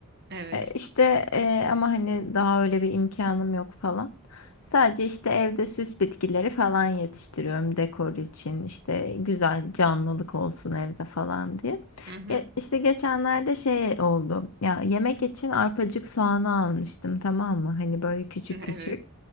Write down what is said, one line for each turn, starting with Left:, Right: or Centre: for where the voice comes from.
Right: Evet.
Left: E, İşte e, ama hani daha öyle bir imkanım yok falan. Sadece işte evde süs bitkileri falan yetiştiriyorum dekor için. İşte güzel canlılık olsun evde falan diye.
Right: Hı hı.
Left: Ge- işte geçenlerde şey oldu. Ya yemek için arpacık soğanı almıştım tamam mı? Hani böyle küçük
Right: Evet.
Left: küçük.